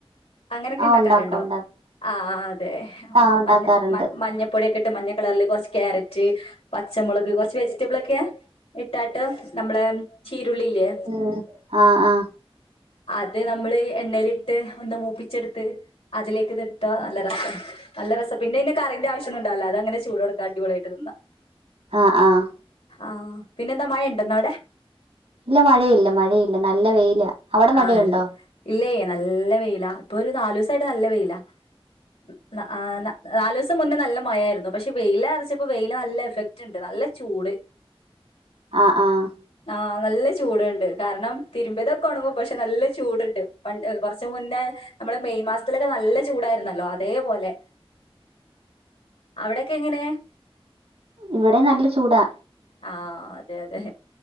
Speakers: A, on the left; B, on the right.
A: അങ്ങനെയൊക്കെ
B: ആഹ്
A: ഇണ്ടാക്കാറുണ്ടോ
B: ഉണ്ടാക്കും ഉണ്ടാക്കും
A: ആഹ് അതെ
B: ആഹ് ഉണ്ടാക്കാറുണ്ട്
A: മഞ്ഞ മ മഞ്ഞ പ്പൊടിയൊക്കെ ഇട്ട് മഞ്ഞ കളറില് കൊറച്ച് ക്യാരറ്റ് പച്ചമൊളക് കൊറച്ച് വെജിറ്റബിളൊക്കേ ഇട്ടാട്ട് നമ്മളെ ചീരുള്ളിയില്ലേ
B: ഉം ആഹ് ആഹ്
A: അത് നമ്മള് എണ്ണയിലിട്ട് ഒന്ന് മൂപ്പിച്ചെടുത്ത് അതിലേക്കിതിട്ടാ നല്ല രസാ നല്ല രസം പിന്നെ ഇതിന് കറീന്റെ ആവശ്യോന്നും ഉണ്ടാവില്ല അത് അങ്ങനെ ചൂടോടക്ക അടിപൊളിയായിട്ട് തിന്നാം
B: ആഹ് ആഹ്
A: ആഹ് പിന്നെന്താ മഴ ഉണ്ടോ ഇന്നവിടെ
B: ഇല്ല മഴയില്ല മഴയില്ല നല്ല വെയിലാ അവിടെ മഴയുണ്ടോ
A: ആഹ് അൽ ഇല്ലേ നല്ല വെയിലാ ഇപ്പൊ ഒരു നാലു ദിവസായിട്ട് നല്ല വെയിലാ ഉം ന ആഹ് നാ നാലുസ് സം മുന്നേ നല്ല മഴയായിരുന്നു പക്ഷെ വെയിലാറിച്ചപ്പോ വെയില് നല്ല എഫക്റ്റ് ഉണ്ട് നല്ല ചൂട്
B: ആഹ് ആഹ്
A: ആഹ് നല്ലേ ചൂടൊണ്ട് കാരണം തിരുമ്പിയതൊക്കെ ഒണങ്ങും പക്ഷെ നല്ല ചൂടുണ്ട് പണ്ട് കൊറച്ച് മുന്നേ നമ്മള് മെയ് മാസത്തിലൊക്കെ നല്ല ചൂടായിരുന്നല്ലോ അതേപോലെ അവിടെക്കെ എങ്ങനേ?
B: ഇവിടെയും നല്ല ചൂടാ.
A: ആഹ് അതെ അതെ